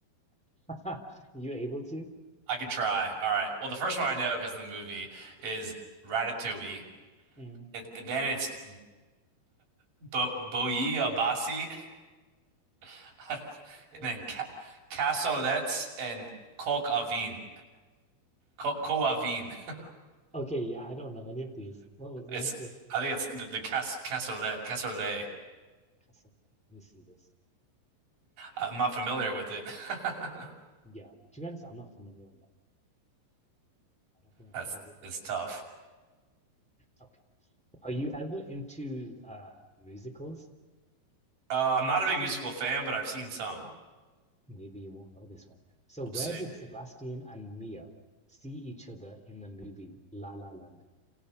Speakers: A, in the centre; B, on the right (about 45°).
A: <laughs> You able to?
B: <laughs> I could try. All right. Well, the first one I know because of the movie is Ratatouille,
A: Mm,
B: and, and
A: not
B: then
A: bad.
B: it's Bo Boyaabassi, <laughs> and
A: Well,
B: then ca cassolettes and coq au vin. Co coq au vin. <laughs>
A: Okay, yeah, I don't know any of these. What was the
B: It's
A: answer?
B: I think it's the, the cas cassolette cassolet.
A: Cassoulet. Let me see this.
B: I'm not familiar with it. <laughs>
A: Yeah, to be honest, I'm not familiar with that. I don't think I've
B: That's
A: heard of it before.
B: it's tough.
A: Okay. Are you ever into uh musicals?
B: Uh, I'm not a big musical fan, but I've seen some.
A: Maybe you won't know this one. So
B: We'll
A: where
B: see.
A: did Sebastian and Mia see each other in the movie La La Land?